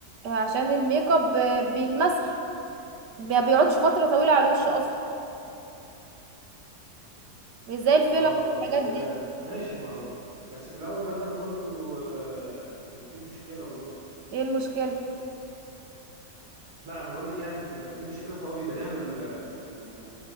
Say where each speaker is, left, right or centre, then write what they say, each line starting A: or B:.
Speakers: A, on the right (about 85°); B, on the right (about 65°).
A: عشان الميك اب آه، بيتمسح ما بيقعدش فترة طويلة على الوش اصلا مش زي الفيلر
B: اه طب
A: والحاجات
B: ازاي
A: دي
B: ماشي ما هو بس في الاول وفي الاخر برضو آه، يعني في مشكله برضو
A: ايه المشكلة
B: لا انا بقول لك يعني بيبقى في مشكله فهو بيداريها بال بال